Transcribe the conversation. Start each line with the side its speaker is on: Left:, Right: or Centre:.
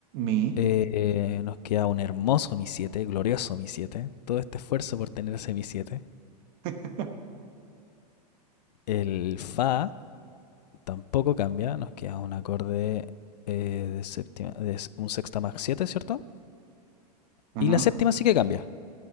Right: Mi.
Left: eh, nos queda un hermoso Mi siete glorioso Mi siete Todo este esfuerzo por tener ese Mi siete
Right: <laughs>
Left: El Fa tampoco cambia. Nos queda un acorde eh, de séptima, de un sexta más siete ¿cierto?
Right: Ajá.
Left: Y la séptima sí que cambia.